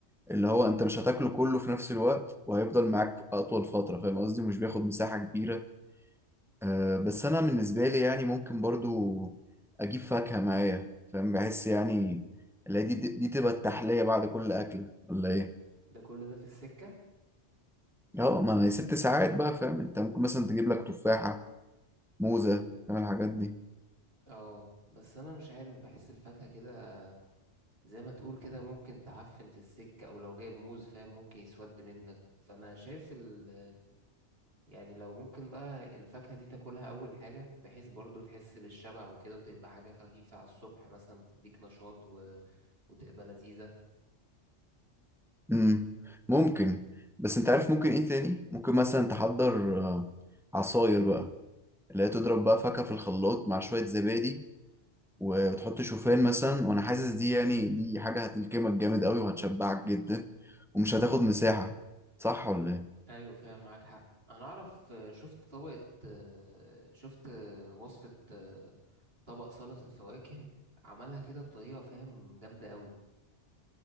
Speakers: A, in the centre; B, on the right.
A: اللي هو انت مش هتاكله كله في نفس الوقت وهيفضل معاك أطول فترة فاهم قصدي مش بياخد مساحة كبيرة آه، بس أنا بالنسبة لي يعني ممكن برضو أجيب فاكهة معايا فاهم بحس يعني اللي هي دي دي تبقى التحلية بعد كل أكلة ولا إيه؟
B: ده كل ده في السكه
A: اه ما هي ست ساعات بقى فاهم انت ممكن مثلا تجيب لك تفاحة موزة فاهم الحاجات دي
B: اه بس انا مش عارف بحس الفاكهه كده زي ما تقول كده ممكن تعفن في السكه او لو جايب موز فاهم ممكن يسود منك فانا شايف ال يعني لو ممكن بقى الفاكهه دي تاكلها اول حاجه بحيث برضو تحس بالشبع وكده وتبقى حاجه خفيفه على الصبح مثلا تديك نشاط و... وتبقى لذيذه
A: امم ممكن بس انت عارف ممكن ايه تاني ممكن مثلا تحضر آه، عصاير بقى اللي هي تضرب بقى فاكهة في الخلاط مع شوية زبادي وتحط شوفان مثلا وانا حاسس دي يعني دي حاجة هتلكمك جامد قوي وهتشبعك جدا ومش هتاخد مساحة صح ولا ايه
B: ايوه فعلا معاك حق انا اعرف آه، شفت طبقة آه، شفت آه، وصفة آه، طبق سلطة فواكه عملها كده بطريقة فاهم جامدة قوي